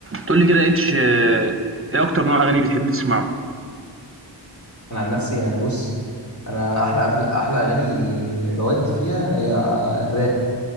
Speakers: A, on the right; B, on the left.
A: تقول لي كده اتش آه، ايه اكتر نوع اغاني بتحب تسمعه
B: انا عن نفسي انا بص انا احلى أفل... احلى اغاني بودي فيها هي الراب